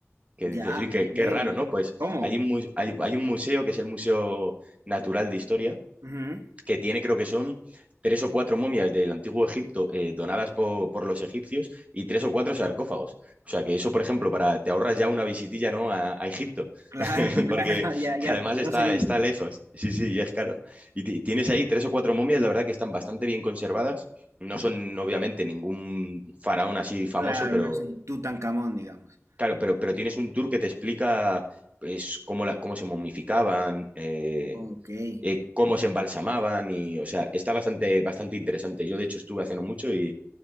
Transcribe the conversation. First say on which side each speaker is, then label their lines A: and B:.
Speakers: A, on the right (about 30°); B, on the right (about 85°).
A: que
B: Ya,
A: dices, uy, qué,
B: ok.
A: qué raro, ¿no? Pues
B: ¿Cómo?
A: hay un, mu- hay hay un museo que es el Museo Natural de Historia
B: Ujú.
A: que tiene creo que son tres o cuatro momias del antiguo Egipto eh, donadas po- por los egipcios y tres o cuatro sarcófagos. O sea que eso, por ejemplo, para, te ahorras ya una visitilla, ¿no? a, a Egipto,
B: Claro,
A: <laughs>
B: <laughs> claro.
A: porque
B: Ya, ya.
A: que además está,
B: No soy el único.
A: está lejos. Sí, sí, y es caro. Y ti- tienes ahí tres o cuatro momias, la verdad que están bastante bien conservadas. No son obviamente ningún faraón así famoso,
B: Claro,
A: pero
B: no soy Tutankamón, digamos.
A: claro, pero, pero tienes un tour que te explica pues, cómo, la, cómo se momificaban, eh,
B: Ok. Y
A: eh, cómo se embalsamaban y, o sea, está bastante, bastante interesante. Yo, de hecho, estuve hace no mucho y,